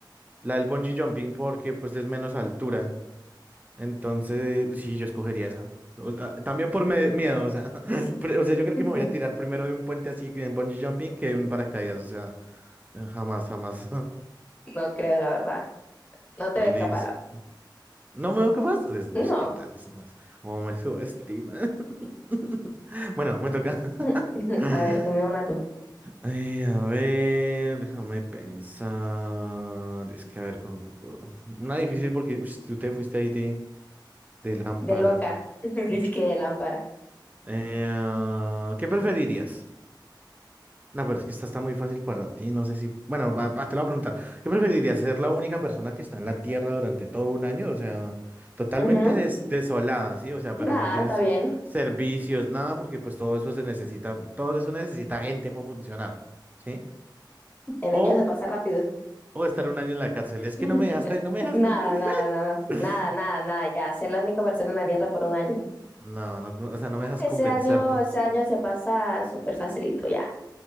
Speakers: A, on the right; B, on the left.
A: la del bungee jumping, porque pues es menos altura. Entonces, sí, yo escogería esa. O sea, también por me- miedo, o sea, <laughs> pre- o sea, yo creo
B: <laughs>
A: que me voy a tirar primero de un puente así en bungee jumping que de un paracaídas, o sea, eh, jamás, jamás. <laughs>
B: No creo, la verdad. No te
A: Listo.
B: ves capaz, la
A: No me veo capaz. Uy,
B: verdad.
A: ¿qué tal?
B: No.
A: Es más, ¿cómo me subestima. <laughs> Bueno, me toca.
B: <laughs>
A: <laughs> Ay,
B: A ver, dime una tú.
A: a ver, déjame pensar. Es que a ver, con... con- con- una difícil porque uy, tú te fuiste ahí de, de lámpara.
B: De loca. <laughs> Es
A: Uf.
B: que de lámpara.
A: Eh, ah, ¿qué preferirías? No, pero es que esta está muy fácil para ti. No sé si. Bueno, va- va, te lo voy a preguntar. ¿Qué preferirías? ¿Ser la única persona que está en la Tierra durante todo un año? O sea, totalmente
B: Ujú.
A: des- desolada, ¿sí? O sea, pero
B: Nada,
A: no tienes
B: está bien.
A: servicios, nada, porque pues todo eso se necesita. Todo eso necesita gente para funcionar, ¿sí?
B: El
A: O
B: año se pasa rápido.
A: O estar un año en la cárcel.
B: <laughs>
A: Es que no me dejaste, no me dejas ni...
B: Nada,
A: te-
B: nada, nada.
A: <laughs>
B: Nada, nada, nada. Ya, ser la única persona en la Tierra por un año.
A: No, no, no, o sea, no
B: Ah,
A: me dejas
B: ese
A: convencerte.
B: año, ese año se pasa súper facilito, ya.